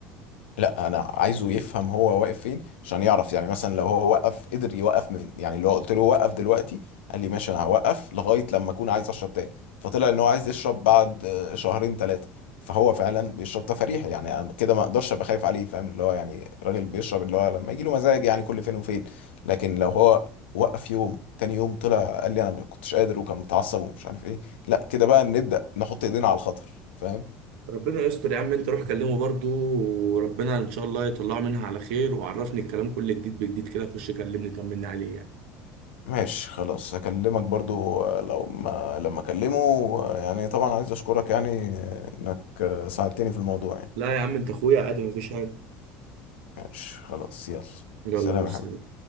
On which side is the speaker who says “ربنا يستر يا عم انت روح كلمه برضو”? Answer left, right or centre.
Right